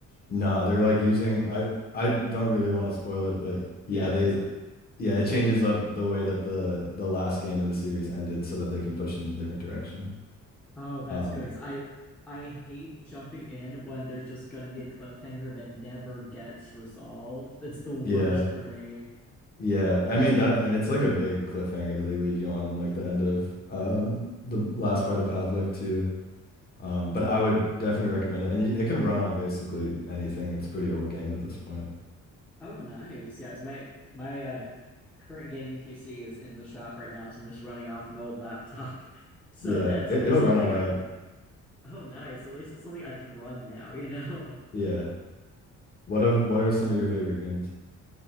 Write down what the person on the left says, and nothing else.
Nah, they're like using I I don't really want to spoil it, but yeah,
they
yeah it changes up the way that the the last game in the series ended so that they can push it in a different direction.
Um,
yeah.
Yeah, I mean that, and it's like a big cliffhanger that they leave you on in like the end of um the last part of Half-Life 2. Um, but I would definitely recommend it, and y- it can run on basically anything. It's a pretty old game at this point.
Yeah,
it,
it'll
run on that.
Yeah.
What of what are some of your favorite games?